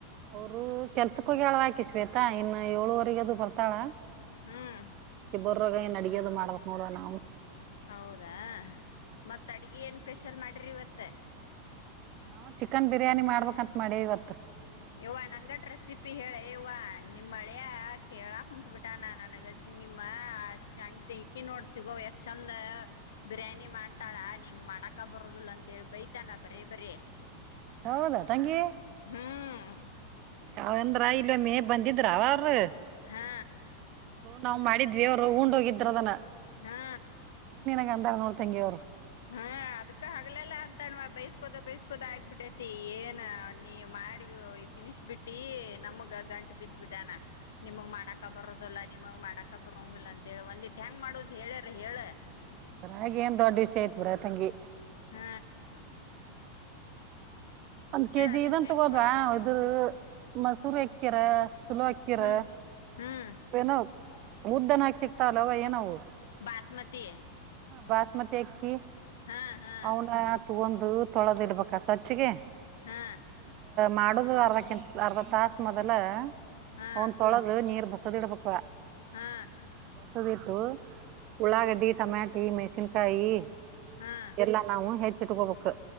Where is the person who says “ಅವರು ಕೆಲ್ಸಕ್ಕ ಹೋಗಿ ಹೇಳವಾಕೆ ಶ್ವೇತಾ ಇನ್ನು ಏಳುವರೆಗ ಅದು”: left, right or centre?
Right